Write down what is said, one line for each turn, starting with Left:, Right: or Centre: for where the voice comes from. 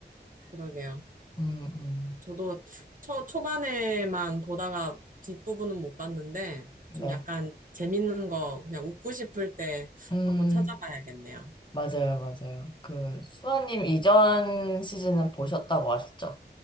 Right: 그러게요.
Left: 음, 음.
Right: 저도 초, 초반에만 보다가 뒷부분은 못 봤는데 좀
Left: 네.
Right: 약간 재밌는 거 그냥 웃고 싶을 때
Left: 음,
Right: 한번 찾아봐야겠네요.
Left: 맞아요, 맞아요. 그, 수아님 이전 시즌은 보셨다고 하셨죠?